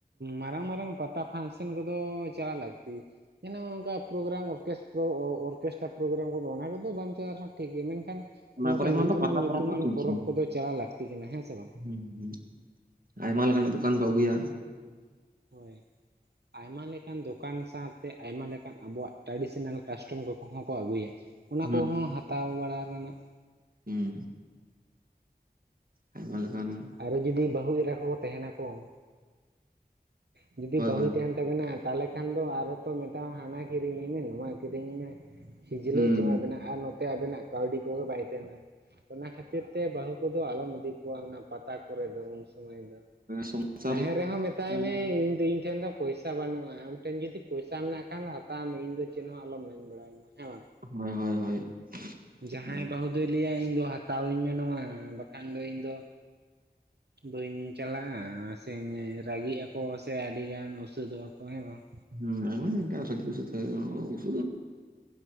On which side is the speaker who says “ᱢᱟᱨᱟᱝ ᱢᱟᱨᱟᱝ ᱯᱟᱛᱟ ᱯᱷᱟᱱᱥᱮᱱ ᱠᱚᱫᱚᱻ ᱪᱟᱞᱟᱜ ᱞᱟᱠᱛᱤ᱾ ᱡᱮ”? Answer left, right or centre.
Right